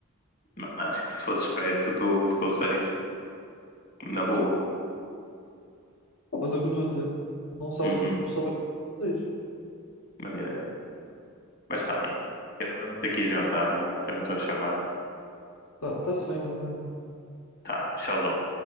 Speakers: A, on the left; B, on the left.
A: mano, acho que se fores esperto, tu, tu consegues. Na boa.
B: Pá, Mas é o que eu estou a dizer. Não sabes
A: Uhum.
B: o que é que o pessoal vai desejo.
A: Mas, yeah, yeah. Mas tá, mano. Eu agora vou ter que ir jantar, mano. Já me estão a chamar.
B: Tá, tá-se bem, mano. Olha,
A: Tá, tchauzão.